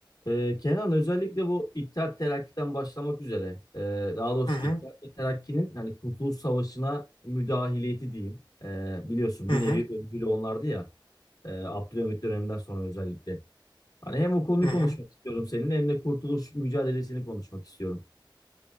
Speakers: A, on the left (about 50°); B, on the left (about 85°).
A: Ee, Kenan özellikle bu İttihat Terakki'den başlamak üzere e, daha doğrusu
B: Hı hı,
A: İttihat ve Terakki'nin hani Kurtuluş Savaşı'na müdahiliyeti diyeyim. E, biliyorsun
B: hı
A: bir
B: hı,
A: nevi öncülü onlardı ya e, Abdülhamit döneminden sonra özellikle. Hani hem o konuyu
B: hı
A: konuşmak
B: hı.
A: istiyorum seninle hem de Kurtuluş mücadelesini konuşmak istiyorum.